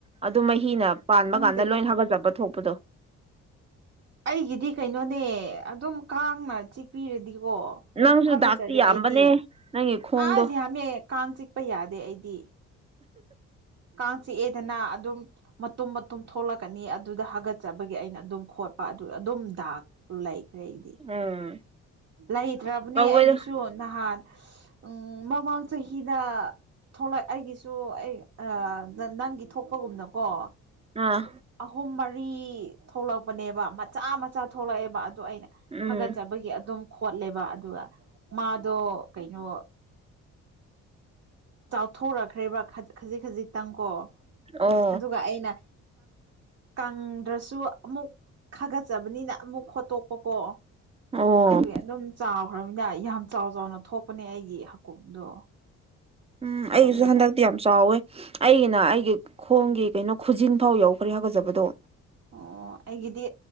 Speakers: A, on the right (about 20°); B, on the right (about 60°).
A: ꯑꯗꯨ ꯃꯍꯤꯅ ꯄꯥꯟꯕ
B: ꯈꯪꯗꯦ
A: ꯀꯥꯟꯗ ꯂꯣꯏ ꯍꯥꯒꯠꯆꯄ ꯊꯣꯛꯄ ꯄꯨꯗꯣ
B: ꯑꯩꯒꯤꯗꯤ ꯀꯩꯅꯣꯅꯦ ꯑꯗꯨꯝ ꯀꯥꯡꯅ ꯆꯤꯛꯄꯤꯔꯗꯤ ꯑꯣ
A: ꯅꯪꯁꯨ
B: ꯑꯗꯨꯝ ꯍꯥꯒꯠꯆꯔꯦ
A: ꯗꯥꯛꯇꯤ ꯌꯥꯝꯕꯅꯦ
B: ꯑꯩꯗꯤ
A: ꯅꯪꯒꯤ ꯈꯣꯡꯗꯣ
B: ꯑꯁ ꯌꯥꯝꯃꯦ ꯀꯥꯡ ꯆꯤꯛꯄ ꯌꯥꯗꯦ ꯑꯩꯗꯤ ꯀꯥꯡ ꯆꯤꯛꯑꯦꯗꯅ ꯑꯗꯨꯝ ꯃꯇꯨꯝ ꯃꯇꯨꯝ ꯊꯣꯛꯂꯜꯛ ꯍꯥꯀꯅꯤ ꯑꯗꯨꯗ ꯍꯥꯒꯠꯆꯕꯒꯤ ꯑꯩꯅ ꯑꯗꯨꯝ ꯈꯣꯠꯄ ꯑꯗꯨ ꯑꯗꯨꯝ ꯇꯥꯛ ꯂꯩꯈ꯭ꯔꯦ ꯑꯩꯗꯤ
A: ꯎꯝ
B: ꯂꯩꯇ꯭ꯔꯕꯅꯦ
A: ꯀꯧꯋꯦꯗ
B: ꯑꯩꯒꯤꯁꯨ ꯅꯍꯥꯟ ꯎꯝ ꯃꯃꯥꯡ ꯆꯍꯤꯗ ꯊꯣꯛꯂꯛ ꯑꯩꯒꯤꯁꯨ ꯑꯩ ꯑ ꯅꯪꯒꯤ ꯊꯣꯛꯄꯒꯨꯝꯅꯀꯣ
A: ꯑꯥ
B: ꯑꯍꯨꯝ ꯃꯔꯤ ꯊꯣꯛꯂꯛꯄꯅꯦꯕ ꯃꯆꯥ ꯃꯆꯥ ꯊꯣꯛꯂꯛꯑꯦꯕ ꯑꯩꯅ
A: ꯎꯝ
B: ꯐꯒꯠꯆꯕꯒꯤ ꯑꯗꯨꯝ ꯈꯣꯠꯂꯦꯕ ꯑꯗꯨꯒ ꯃꯥꯗꯣ ꯀꯩꯅꯣ ꯆꯥꯎꯊꯣꯔꯛꯈ꯭ꯔꯦꯕ꯭ꯔ ꯈꯖꯤꯛ ꯈꯖꯤꯛꯇꯪꯀꯣ
A: ꯑꯣ
B: ꯑꯗꯨꯒ ꯑꯩꯅ ꯀꯪꯗ꯭ꯔꯁꯨ ꯑꯃꯨꯛ ꯈꯥꯒꯠ ꯆꯆꯕꯅꯤꯅ ꯑꯃꯨꯛ ꯈꯣꯠꯇꯣꯛꯄꯀꯣ
A: ꯑꯣ
B: ꯑꯗꯨꯒꯤ ꯑꯗꯨꯝ ꯆꯥꯎ ꯑꯣꯏꯔꯕꯃꯤꯅ ꯌꯥꯝ ꯆꯥꯎ ꯆꯥꯎꯅ ꯊꯣꯛꯄꯅꯦ ꯑꯩꯒꯤ ꯍꯀꯨꯝꯗꯣ
A: ꯎꯝ ꯑꯩꯁꯨ
B: ꯑꯗꯨꯒ
A: ꯍꯟꯗꯛꯇꯤ ꯌꯥꯝ ꯆꯥꯎꯋꯦ ꯑꯩꯒꯤꯅ ꯑꯩꯒꯤ ꯈꯣꯡꯒꯤ ꯀꯩꯅꯣ ꯈꯨꯖꯤꯟ ꯐꯥꯎ ꯌꯧ ꯈꯔ ꯍꯧꯒꯠꯆꯕꯗꯣ
B: ꯑꯣ ꯑꯩꯒꯤꯗꯤ